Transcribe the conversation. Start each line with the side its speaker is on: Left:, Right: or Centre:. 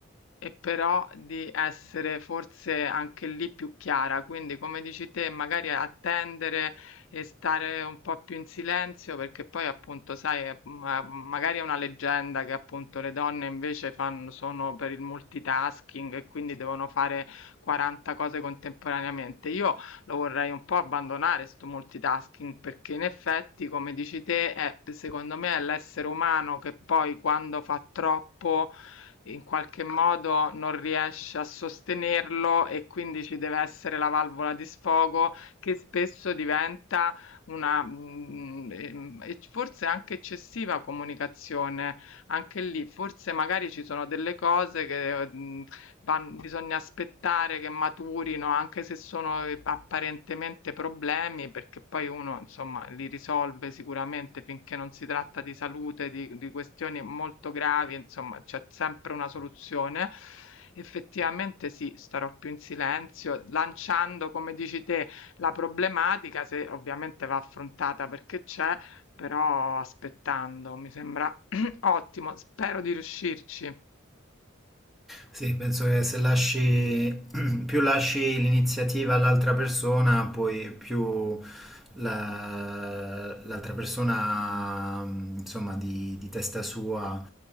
Left: e però di essere forse anche lì più chiara. Quindi, come dici te, magari attendere e stare un po' più in silenzio, perché poi appunto, sai, eh, ma- magari è una leggenda che appunto le donne invece fanno, sono per il multitasking e quindi devono fare 40 cose contemporaneamente. Io lo vorrei un po' abbandonare sto multitasking, perché in effetti, come dici te, è, secondo me è l'essere umano che poi quando fa troppo in qualche modo non riesce a sostenerlo e quindi ci deve essere la valvola di sfogo che spesso diventa una mhmm, ehm, e forse anche eccessiva comunicazione. Anche lì, forse magari ci sono delle cose che, mhmm, van bisogna aspettare che maturino, anche se sono, ehm, apparentemente problemi, perché poi uno, insomma, li risolve sicuramente finché non si tratta di salute, di di questioni molto gravi, insomma, c'è sempre una soluzione. Effettivamente sì, starò più in silenzio, lanciando, come dici te, la problematica se ovviamente va affrontata perché c'è, però aspettando, mi sembra <clears throat> ottimo. Spero di riuscirci.
Centre: Sì, penso che se lasci, <clears throat> più lasci l'iniziativa all'altra persona, poi più la- l'altra persona, mh, insomma, di, di testa sua,